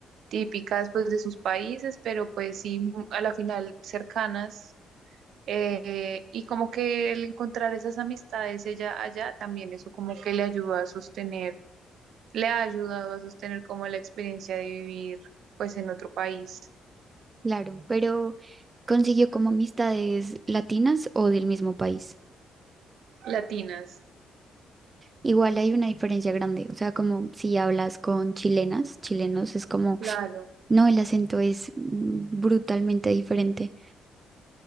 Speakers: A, on the right; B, on the right.
A: típicas pues de sus países, pero pues sí, mu- a la final cercanas. eh, y como que el encontrar esas amistades ella allá también eso como que le ayudó a sostener, le ha ayudado a sostener como la experiencia de vivir pues en otro país.
B: claro, pero consiguió como amistades latinas o del mismo país.
A: Latinas,
B: Igual hay una diferencia grande, o sea, como si hablas con chilenas, chilenos es como,
A: claro,
B: no, el acento es mm, brutalmente diferente.